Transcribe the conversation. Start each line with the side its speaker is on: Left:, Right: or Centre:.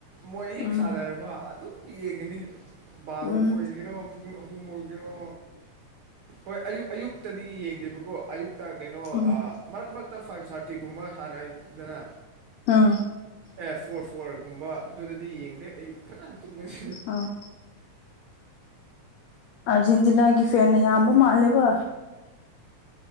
Right: ꯃꯣꯏ ꯍꯦꯛ
Left: ꯎꯝ
Right: ꯁꯥꯥꯟꯅꯔꯕ ꯑꯗꯨꯝ ꯌꯦꯡꯉꯤꯅꯤ ꯕꯥꯔꯣ
Left: ꯎꯝ
Right: ꯑꯣꯏꯒ‌ꯦꯔꯣ ꯄꯨꯡ ꯑꯍꯨꯝ ꯑꯣꯏꯒꯦꯔꯣ ꯍꯣꯏ ꯑꯌꯨꯛ ꯑꯌꯨꯛꯇꯗꯤ ꯌꯦꯡꯗꯦꯕꯀꯣ ꯑꯌꯨꯛ ꯇ ꯀꯩꯅꯣ
Left: ꯎꯝ
Right: ꯑꯥ ꯃꯔꯛ ꯃꯔꯛꯇ ꯐꯥꯏꯚ ꯊꯥꯔꯇꯤꯒꯨꯝꯕ ꯁꯥꯟꯅꯩꯗꯅ
Left: ꯑꯥ
Right: ꯑꯦ ꯐꯣꯔ ꯐꯣꯔꯒꯨꯝꯕ ꯑꯗꯨꯗꯗꯤ ꯌꯦꯡꯗꯦ ꯑꯩ ꯐꯖꯅ ꯇꯨꯝꯃ‌ꯦ
Left: ꯑꯣ ꯑꯔꯖꯦꯟꯇꯤꯅꯥꯒꯤ ꯐꯦꯟꯅꯦ ꯌꯥꯝꯕ ꯃꯥꯜꯂ‌ꯦꯕ